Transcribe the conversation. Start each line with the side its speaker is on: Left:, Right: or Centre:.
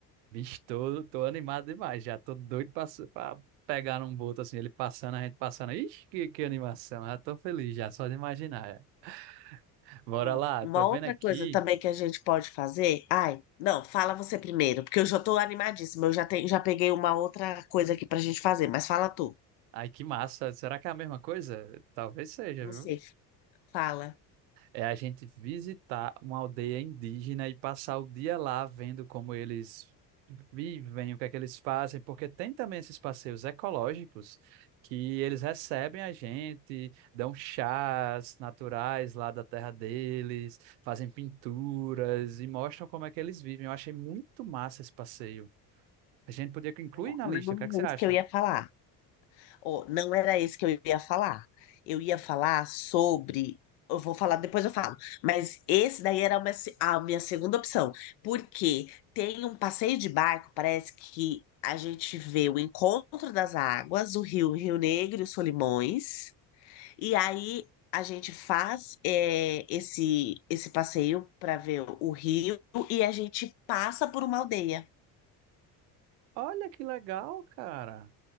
Right: Bicho, tô, tô animado demais já. Tô doido pra, su- pra pegar num boto assim, ele passando, a gente passando. Ixi, que, que animação. Já tô feliz já, só de imaginar. já. Bora
Left: Ó,
Right: lá,
Left: Uma
Right: tô vendo
Left: outra
Right: aqui.
Left: coisa também que a gente pode fazer. Ai, não, fala você primeiro, porque eu já tô animadíssima. Eu já tenho, já peguei uma outra coisa aqui pra gente fazer, mas fala tu.
Right: Ai, que massa. Será que é a mesma coisa? Talvez seja,
Left: Você
Right: viu?
Left: fala,
Right: É a gente visitar uma aldeia indígena e passar o dia lá vendo como eles vivem, o que é que eles fazem, porque tem também esses passeios ecológicos que eles recebem a gente, dão chás naturais lá da terra deles, fazem pinturas e mostram como é que eles vivem. Eu achei muito massa esse passeio. A gente podia incluir
Left: "Ó,
Right: na
Left: não
Right: lista, o que é que você
Left: é isso
Right: acha?
Left: que eu ia falar. Ou não era isso que eu ia falar. Eu ia falar sobre. Eu vou falar, depois eu falo. Mas esse daí era a minha, se- a minha segunda opção. Porque tem um passeio de barco, parece que a gente vê o encontro das águas, o rio, Rio Negro e os Solimões. E aí a gente faz eh, esse, esse passeio para ver o rio e a gente passa por uma aldeia.
Right: Olha que legal, cara.